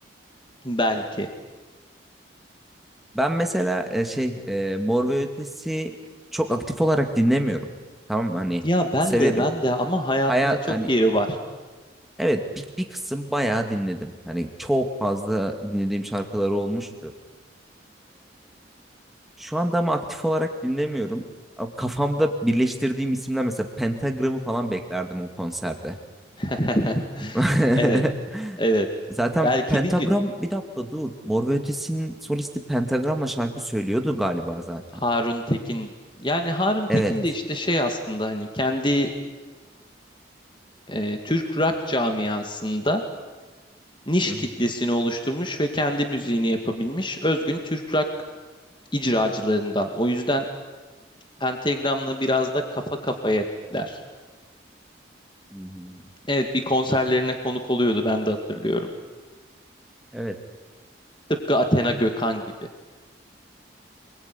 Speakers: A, on the left (about 25°); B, in the centre.
A: Belki.
B: Ben mesela e, şey e, Mor ve Ötesi çok aktif olarak dinlemiyorum. Tamam mı? Hani
A: Ya ben
B: severim.
A: de ben de ama hayatımda
B: Hayat
A: çok
B: hani
A: yeri var.
B: evet bir, bir kısım bayağı dinledim. Hani çok fazla dinlediğim şarkıları olmuştu. Şu anda ama aktif olarak dinlemiyorum. A- Kafamda birleştirdiğim isimler mesela Pentagram'ı falan beklerdim o konserde.
A: <laughs>
B: <laughs>
A: Evet, evet.
B: Zaten
A: Belki
B: Pentagram
A: bir gün
B: bir dakika dur. Mor ve Ötesi'nin solisti Pentagram'la şarkı söylüyordu galiba zaten.
A: Harun Tekin. Yani Harun Tekin
B: Evet.
A: de işte şey aslında hani kendi e, Türk rock camiasında niş
B: Hı hı.
A: kitlesini oluşturmuş ve kendi müziğini yapabilmiş özgün Türk rock icracılarından. O yüzden Pentagram'la biraz da kafa kafaya tipler.
B: Hı hı.
A: Evet bir konserlerine konuk oluyordu ben de hatırlıyorum.
B: Evet.
A: Tıpkı Athena Gökhan gibi.